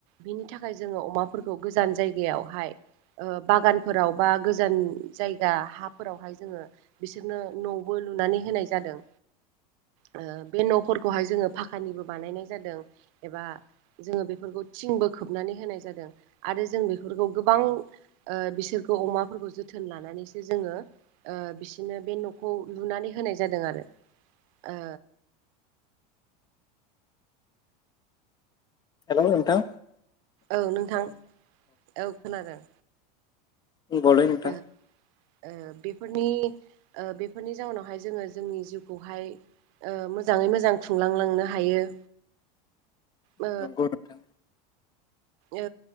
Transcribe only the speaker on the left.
हेल नोंथां
बुंबावलाय नोंथां
<inaudible>
नंगौ नोंथां